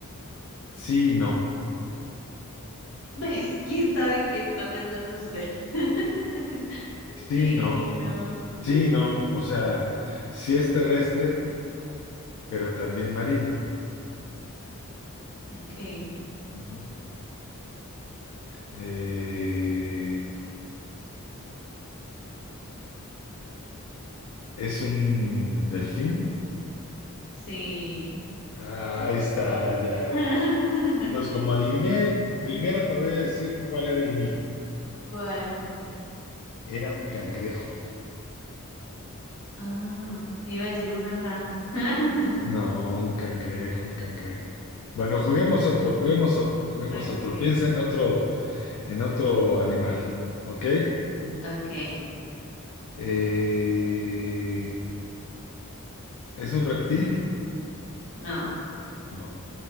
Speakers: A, on the left; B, on the left.
A: sí, y no.
B: ¿Ves? ¿Quién sabe qué está pensando usted? <laughs>
A: Sí,
B: Sí,
A: y no.
B: no.
A: Sí,
B: Mm.
A: y no. O sea, sí es terrestre, pero también marino.
B: Ok,
A: Ujú. Eh, ¿es un delfín?
B: sí.
A: Ah, ahí está, ya,
B: <laughs>
A: ya. Entonces, como adiviné, primero te voy a decir cuál era el mío.
B: ¿Cuál?
A: Era un cangrejo.
B: Ah, iba a decir una rana. <laughs>
A: No, un cangrejo, un cangrejo. Bueno, juguemos
B: Ah,
A: otro, juguemos otro, juguemos
B: okay,
A: otro. Piensa en otro, en otro animal, ¿ok?
B: okay.
A: Eh, ¿es un reptil?
B: No,
A: No,